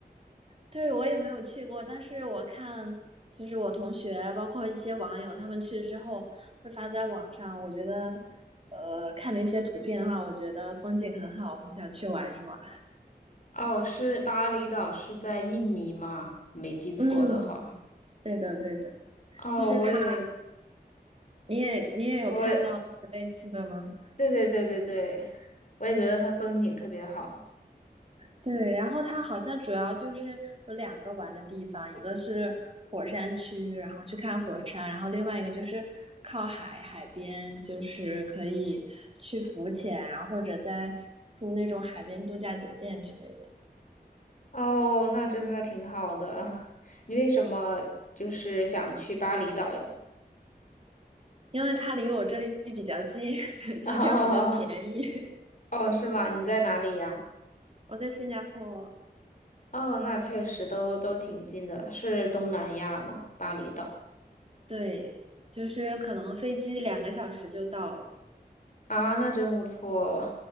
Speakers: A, on the right; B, on the left.
A: 对，我也没有去过，但是我看就是我同学，包括一些网友，他们去之后会发在网上。我觉得，呃，看了一些图片的话，我觉得风景很好，我很想去玩一玩。
B: 哦，是巴厘岛，是在印尼吗？没记错的话。
A: 嗯，对的，对的，
B: 哦，
A: 就是他，
B: 我也，
A: 你也你也有看到类似的吗？
B: 我也，对对对对对，我也觉得它风景特别好。
A: 对，然后它好像主要就是有两个玩的地方，一个是火山区，然后去看火山，然后另外一个就是靠海海边，就是可以去浮潜，然后或者在住那种海边度假酒店之类的。
B: 哦，那真的挺好的。<laughs> 你为什么就是想去巴厘岛呀？
A: 因为它离我这里比较近，<laughs>
B: <laughs>
A: 机票比较便宜。
B: 哦哦哦，是吗？你在哪里呀？
A: <laughs> 我在新加坡，
B: 哦，那确实都都挺近的，是东南亚吗？巴厘岛
A: 对，就是可能飞机两个小时就到了
B: 啊，那真不错。